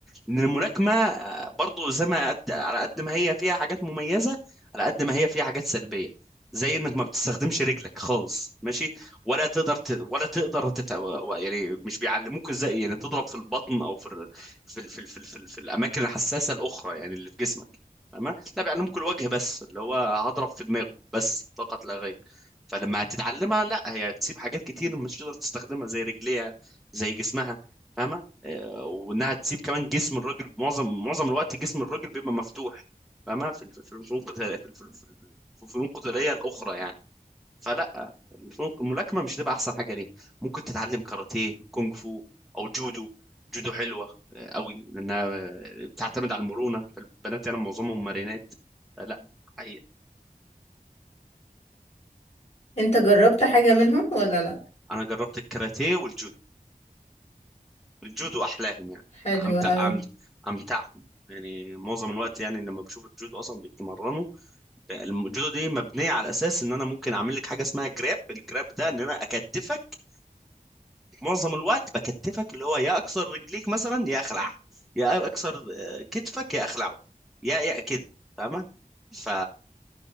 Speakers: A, in the centre; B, on the left.
A: لان الملاكمه آه، برضو زي ما قد على قد ما هي فيها حاجات مميزه على قد ما هي فيها حاجات سلبيه زي انك ما بتستخدمش رجلك خالص ماشي ولا تقدر ت... ولا تقدر تت... يعني مش بيعلموك ازاي يعني تضرب في البطن او في ال... في ال... في ال... في, ال... في, ال... في الاماكن الحساسه الاخرى يعني اللي في جسمك فاهمة؟ لا بيعلموك الوجه بس اللي هو هضرب في دماغه بس فقط لا غير فلما هتتعلمها لا هي هتسيب حاجات كتير مش تقدر تستخدمها زي رجليها زي جسمها فاهمة؟ آه، وانها تسيب كمان جسم الراجل معظم معظم الوقت جسم الراجل بيبقى مفتوح فاهمة؟ في ال- في الفنون القتالية في الفنون القتالية الأخرى يعني فلا الفنون الملاكمه مش هتبقى احسن حاجه ليه ممكن تتعلم كاراتيه كونغ فو او جودو جودو حلوه آه، قوي لانها آه، بتعتمد على المرونه فالبنات يعني معظمهم مرينات لا حقيقة.
B: انت جربت حاجة منهم ولا لا
A: انا جربت الكاراتيه والجودو الجودو احلاهم يعني
B: حلو
A: امتع
B: قوي
A: أمت... امتعهم يعني معظم الوقت يعني لما بشوف الجودو اصلا بيتمرنوا الجودو دي مبنيه على اساس ان انا ممكن اعمل لك حاجه اسمها جراب الجراب ده ان انا اكتفك معظم الوقت بكتفك اللي هو يا اكسر رجليك مثلا يا اخلع يا اكسر آه، كتفك يا اخلعه يا يا كده فاهمه ف